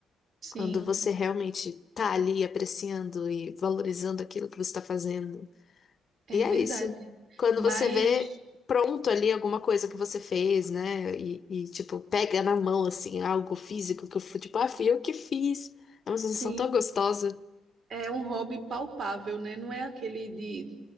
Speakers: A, on the right; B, on the left.
A: sim,
B: quando você realmente tá ali apreciando e valorizando aquilo que você está fazendo.
A: é
B: E é
A: verdade.
B: isso. Quando
A: Mas,
B: você vê pronto ali alguma coisa que você fez, né? E, e, tipo, pega na mão, assim, algo físico que eu fui, tipo, ah, fui eu que fiz. É uma sensação
A: sim.
B: tão gostosa.
A: É um hobby palpável, né? Não é aquele de,